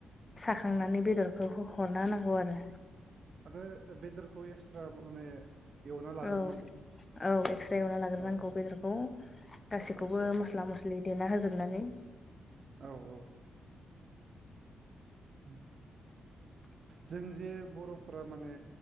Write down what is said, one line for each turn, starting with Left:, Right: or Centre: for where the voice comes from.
Left: साखांनानै बेदरखौ हरना होनांगौ आरो
Right: माथो बेदरखौ एक्सट्रा माने एवना लाग्रोनांगौ
Left: औ औ एकस्रा एवना लाग्रोनांगौ
Right: औ
Left: बेदरखौ गासैखौबो
Right: आदसा
Left: मस्ला मस्लि देना होजोबनानै
Right: औ औ उ
Left: <inaudible>
Right: जों जे बर'फोरा माने